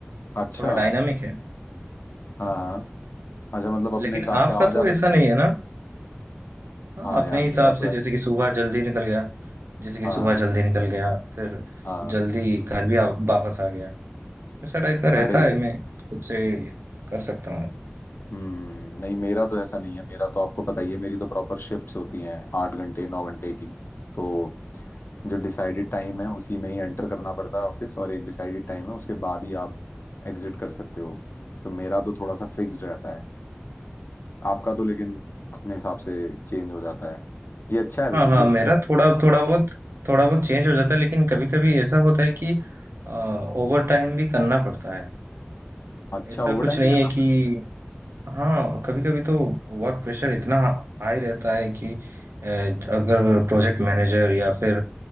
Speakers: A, on the left; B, on the right.
A: अच्छा
B: थोड़ा डायनामिक है
A: हाँ
B: हाँ।
A: हाँ अच्छा मतलब अपने
B: लेकिन
A: हिसाब
B: आपका
A: से आ जा
B: तो ऐसा
A: सकते
B: नहीं
A: हो
B: है ना हाँ
A: हाँ
B: अपने
A: यार
B: हिसाब
A: मेरा
B: से
A: तो
B: जैसे
A: है
B: कि सुबह जल्दी निकल गया जैसे कि
A: हाँ
B: सुबह
A: हाँ
B: जल्दी निकल गया फिर
A: हाँ
B: जल्दी घर भी आ, वापस आ गया ऐसा टाइप का रहता
A: अरे
B: है मैं खुद से कर सकता हूँ
A: हम्म हम्म। नहीं मेरा तो ऐसा नहीं है मेरा तो आपको पता ही है मेरी तो प्रॉपर शिफ्ट्स होती हैं आठ घंटे नौ घंटे की तो जो डिसाइडेड टाइम है उसी में ही एंटर करना पड़ता है ऑफिस और एक डिसाइडेड टाइम है उसके बाद ही आप एग्जिट कर सकते हो तो मेरा तो थोड़ा सा फिक्स्ड रहता है आपका तो लेकिन अपने हिसाब से चेंज हो जाता है ये अच्छा है वैसे
B: हाँ हाँ
A: ये अच्छा
B: मेरा
A: है।
B: थोड़ा थोड़ा बहुत थोड़ा बहुत चेंज हो जाता है लेकिन कभी कभी ऐसा होता है कि ओवर टाइम भी करना पड़ता है
A: अच्छा
B: ऐसा
A: ओवर
B: कुछ
A: टाइम
B: नहीं
A: भी करना
B: है
A: पड़ता
B: कि हाँ कभी कभी तो वर्क प्रेशर इतना हाई रहता है कि अ, अगर प्रोजेक्ट मैनेजर या फिर